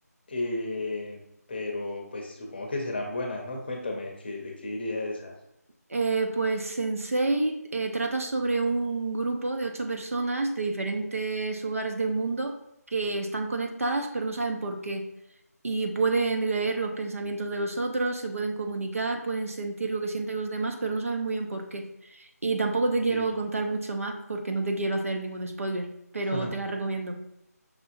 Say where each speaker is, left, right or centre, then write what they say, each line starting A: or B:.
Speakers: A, on the left; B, on the right.
A: eh, pero pues supongo que serán buenas, ¿no? Cuéntame, ¿de qué, de qué diría esa?
B: Eh, pues Sense8 eh, trata sobre un grupo de ocho personas de diferentes lugares del mundo que están conectadas pero no saben por qué. Y pueden leer los pensamientos de los otros, se pueden comunicar, pueden sentir lo que sienten los demás, pero no saben muy bien por qué. Y tampoco te
A: Ok.
B: quiero
A: <laughs>
B: contar mucho más porque no te quiero hacer ningún spoiler, pero
A: Ajá.
B: te la recomiendo.